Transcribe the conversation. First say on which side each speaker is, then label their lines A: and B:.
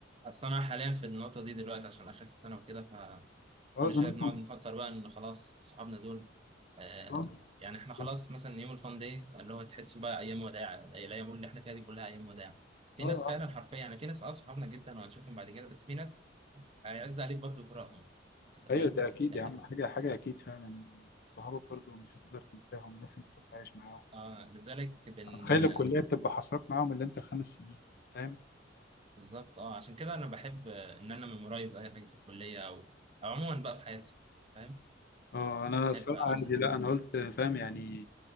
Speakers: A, on the right; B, on the left.
A: اصل انا حاليا في النقطه دي دلوقتي عشان اخر سنه وكده
B: اه
A: كل
B: زمانكم
A: شويه بنقعد نفكر بقى ان خلاص صحابنا دول آه
B: اه
A: يعني احنا خلاص
B: اه
A: مثلا يوم الفان داي اللي هو تحسه بقى ايام وداع الايام اللي احنا فيها دي كلها ايام وداع في
B: آه.
A: ناس فعلا حرفيا يعني في ناس اه صحابنا جدا وهنشوفهم بعد كده بس في ناس هيعز عليك برضه فراقهم انت
B: ايوه
A: فاهم؟
B: ده اكيد
A: لا.
B: يا عم حاجه حاجه اكيد فعلا صحابك برضو مش هتقدر تنساهم ناس انت كنت عايش معاهم
A: اه لذلك بن
B: تخيل
A: آه،
B: الكليه بتبقى حصرك معاهم اللي انت الخمس سنين فاهم
A: بالظبط اه عشان كده انا بحب آه، ان انا ميمورايز اي حاجه في الكليه او او عموما بقى في حياتي فاهم؟
B: اه انا
A: بحب
B: الصراحه
A: عشان
B: عادي لا انا قلت فاهم يعني